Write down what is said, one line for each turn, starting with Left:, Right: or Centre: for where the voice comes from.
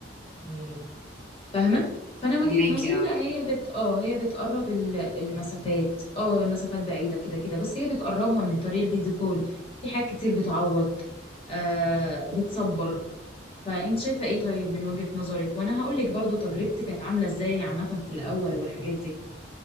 Centre: مم.
Left: فاهمة فأنا وجهة
Centre: فهماكي
Left: نظري
Centre: اه
Left: لا هي بت اه هي بتقرب ال- المسافات اه المسافات بعيدة كده كده بس هي بتقربها من طريق الفيديو كول في حاجات كتير بتعوض آه بتصبر فأنت شايفة ايه طيب من وجهة نظرك وأنا هقولك برضو تجربتي كانت عاملة ازاي عامة في الأول والحاجات دي